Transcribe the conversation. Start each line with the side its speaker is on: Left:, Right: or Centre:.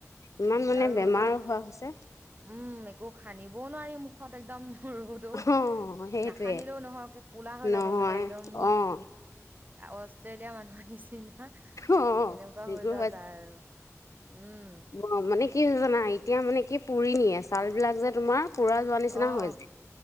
Left: ইমান
Right: অ এতিয়া
Left: মানে
Right: আৰু
Left: বেমাৰ
Right: ৰ'দত
Left: হোৱা হৈছে।
Right: উম একো সানিবও নোৱাৰি মোক একদম ৰ'দত
Left: অ সেইটোয়ে
Right: নাসানিলেও নহয় কোলা হৈ
Left: নহয়
Right: যাব মানে একদম
Left: অ',
Right: অষ্ট্ৰেলিয়া মানুহৰ নিচিনা <unintelligible> হা
Left: অ',
Right: সেনেকুৱা
Left: নিগুৰ
Right: হৈ যোৱা যায় আৰু উম
Left: অ মানে কি হৈছে জানা এতিয়া মানে কি পুৰি নিয়ে ছাল বিলাক যে তোমাৰ <unintelligible> পুৰা যোৱা নিচিনা
Right: অ',
Left: হৈ যায়